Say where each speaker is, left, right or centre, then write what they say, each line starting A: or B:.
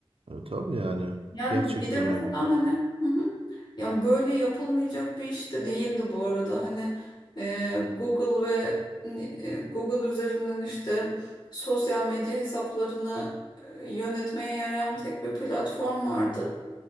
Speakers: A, on the right (about 70°); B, on the left (about 50°).
A: e, tabii yani.
B: Yani
A: Gerçekten
B: bir de mesela
A: öyle.
B: hani hı hı. ya böyle yapılmayacak bir iş de değildi bu arada. Hani e, Google ve hani, e, Google üzerinden işte sosyal medya hesaplarını e, yönetmeye yarayan tek bir platform vardı.